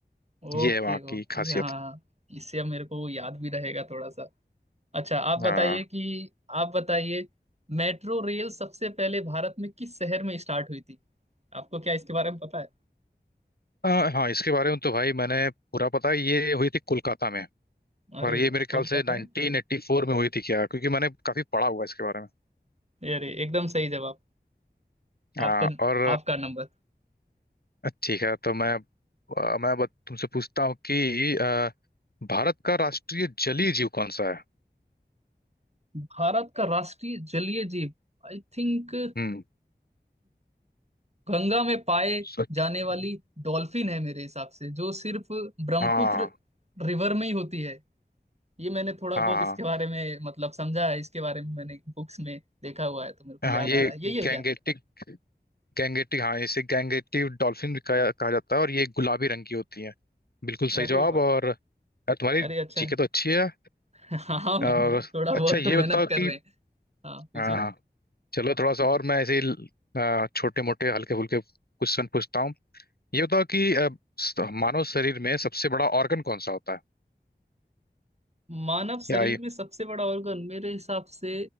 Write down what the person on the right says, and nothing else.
ओके
ओके
हाँ हाँ, इससे अब मेरे को याद भी रहेगा थोड़ा सा अच्छा आप बताइए
कि आप बताइए मेट्रो रेल सबसे पहले भारत में किस शहर में स्टार्ट हुई थी आपको क्या इसके बारे में पता है
अरे
वाह,
कोलकाता
में
अरे एकदम सही जवाब
आपका
आपका नंबर
भारत का राष्ट्रीय जलीय जीव आई थिंक
गंगा में पाए
जाने वाली डॉल्फिन है मेरे हिसाब से जो सिर्फ ब्रह्मपुत्र
रिवर में ही होती है ये मैंने थोड़ा
बहुत
इसके बारे में मतलब समझा है इसके बारे में मैंने बुक्स में देखा हुआ है तो मेरे को
याद
आ रहा है यही है
क्या
अरे
वाह
अरे अच्छा
है
<laughs> हाँ
भाई थोड़ा बहुत
तो मेहनत
कर
रहे हैं हाँ पूछिए
मानव
शरीर
में सबसे बड़ा ऑर्गन मेरे हिसाब से